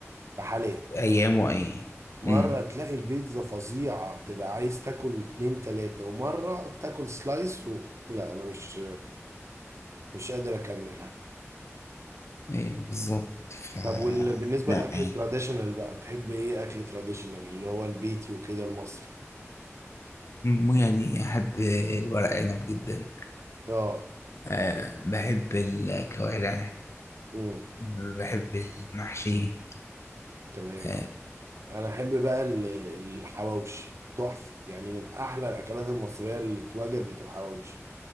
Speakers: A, on the right; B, on the left.
A: بحالات
B: أيامه أيام وأيام
A: مره
B: امم
A: تلاقي البيتزا فظيعه تبقى عايز تاكل اتنين تلاته ومره تاكل سلايس و... لا انا مش مش قادر اكملها
B: أيوه بالظبط ف
A: طب وال... بالنسبه
B: لا
A: للاكل
B: يعني
A: التراديشنال بقى تحب ايه اكل تراديشنال اللي هو البيتي وكده المصري
B: مو يعني أحب الورق عنب جدا
A: اه
B: أه بحب الكوارع
A: امم
B: بحب المحشي
A: تمام
B: أه
A: انا احب بقى ال- الحواوشي تحفه يعني من احلى الاكلات المصريه اللي اتوجدت الحواوشي